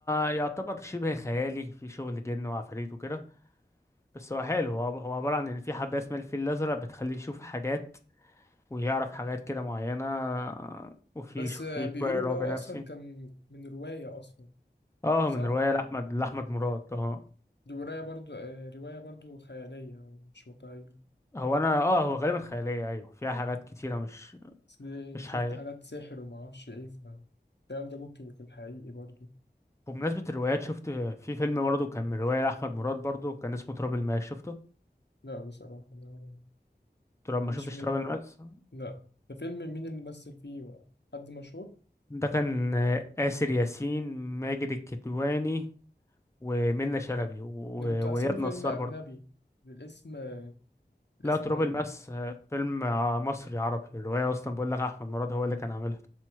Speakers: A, on the left (about 15°); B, on the left (about 75°).
A: يعتبر شبه خيالي في شغل جن وعفاريت وكده بس هو حلو هو هو عبارة عن إن في حبة اسمها الفيل الأزرق بتخليه يشوف حاجات ويعرف حاجات كده معينة وفي
B: بس
A: شو-
B: آه،
A: في
B: بيقولوا
A: شوية
B: اللي
A: رعب
B: هو
A: نفسي
B: أصلا كان من رواية أصلا
A: اه
B: صح؟
A: من رواية لأحمد لأحمد مراد اه
B: دي رواية برضو آه، رواية برضو خيالية ومش واقعية
A: هو أنا اه هو غالبا خيالية أيوه فيها حاجات كتيرة مش
B: أصل
A: مش
B: شفت
A: حقيقية
B: حاجات سحر ومعرفش إيه فالكلام ده ممكن يكون حقيقي برضو
A: بمناسبة الروايات شفت في فيلم برضه كان من رواية لأحمد مراد برضه كان اسمه تراب الماس شفته؟
B: لا بصراحة لا
A: تراب ما
B: مش
A: شفتش
B: من
A: تراب الماس؟
B: لا ده فيلم مين اللي مثل فيه حد مشهور؟
A: ده كان آه، آسر ياسين ماجد الكدواني ومنة شلبي و-
B: أنا كنت أحسبه
A: وإياد
B: فيلم
A: نصار
B: أجنبي
A: برضه
B: الاسم آه، الاسم
A: لا تراب
B: غريب
A: الماس آه، فيلم ع- مصري عربي الرواية أصلا بقول لك أحمد مراد هو اللي كان عاملها